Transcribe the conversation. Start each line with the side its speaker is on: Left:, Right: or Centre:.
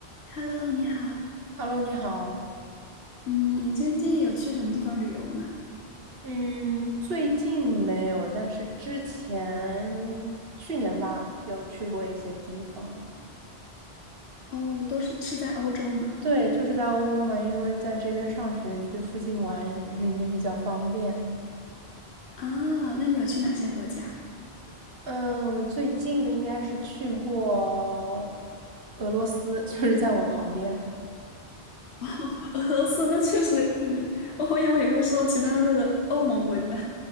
Left: Hello，你好。
Right: Hello，你好。
Left: 嗯，你最近有去什么地方旅游吗？
Right: 嗯，最近没有，但是之前去年吧，有去过一些地方。
Left: 哦，都是是在欧洲吗？
Right: 对，就是在欧洲嘛，因为在这边上学，去附近玩嗯 <laughs> 也比较方便。
Left: 啊，那你有去哪些国家？
Right: 嗯，我最近的应该是去过俄罗斯，就是在我旁边。
Left: <laughs> 俄罗斯那确实有点，我以为你会说其他的欧盟国家。